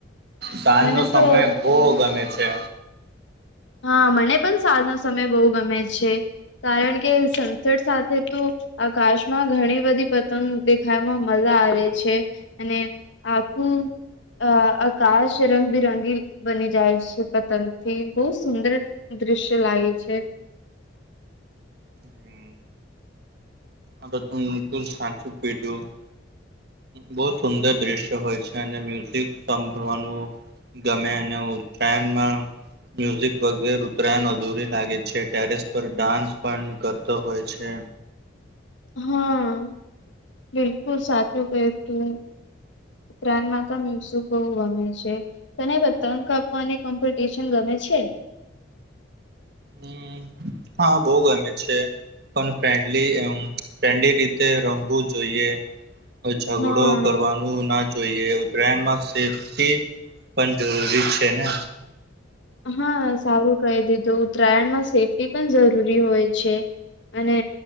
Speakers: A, on the right; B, on the left.
A: સાંજ
B: મને
A: નો
B: તો
A: સમય બઉ ગમે છે.
B: હા, મને પણ સાજનો સમય બહુ ગમે છે, કારણ કે સનસેટ સાથે તો આકાશમાં ઘણી બધી પતંગ દેખામાં મજા આવે છે, અને આખું. અ આકાશ રંગબિરંગી બની જાય છે પતંગથી. બહુ સુંદર દ્રશ્ય લાગે છે.
A: હમ, આ તમ તમ સાચું <unintelligible> બઉ સુંદર દ્રશ્ય હોય છે અને મ્યુઝિક સાંભળવાનું ગમે અને ઉત્તરાયણમાં મ્યુઝિક વગેરે ઉતરાયણ અધૂરી લાગે છે, ટેરેસ પર ડાન્સ પણ કરતો હોય છે.
B: હા, બિલકુલ સાચું ક્યુ તમે. ત્રાનમાં તો મ્યુઝિક બહુ ગમે છે. તમે પતંંગ કાપવાની કોમ્પિટિશન ગમે છે?
A: હમ હા બઉ ગમે છે. પણ ફ્રેન્ડલી આમ ફ્રેન્ડલી રીતે રમવું જોઈએ. ઝઘડો
B: હા.
A: કરવાન ના જોઈએ ઉત્તરાયણમાં સેફ્ટી પણ જરૂરી છે ને.
B: હા સારું કહી દીધું ઉત્તરાયણમાં સેફ્ટી પણ જરૂરી હોય છે. અને